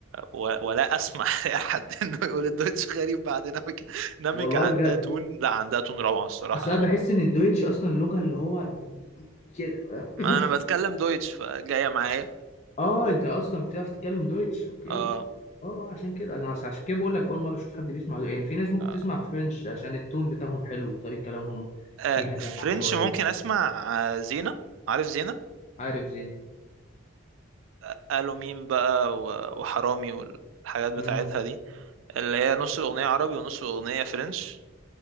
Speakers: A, on the right; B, on the left.
A: و... ولا اسمح <laughs> لاحد انه يقول الدويتش غريب بعد ناميكا ناميكا
B: والله
A: عندها
B: بجد
A: تون لا عندها تون روعة الصراحة
B: أصل
A: لو
B: أنا بحس إن الدويتش أصلا لغة اللي هو كده
A: ما
B: <laughs>
A: انا بتكلم دويتش فجايه معايا
B: اه انت اصلا بتعرف تتكلم دويتش اوكي
A: اه
B: اه آه، عشان كده انا بس عشان كده بقول لك اول مره اشوف حد بيسمع دو- يعني في ناس ممكن
A: آه،
B: تسمع فرنش عشان التون بتاعهم حلو وطريقه كلامهم
A: آه،
B: فيها دلع
A: فرنش
B: شويه
A: ممكن اسمع آه، زينة عارف زينة
B: عارف زين
A: آه، قالوا مين بقى و- وحرامي والحاجات بتاعتها
B: امم
A: دي اللي هي نص الاغنيه عربي ونص الاغنيه فرنش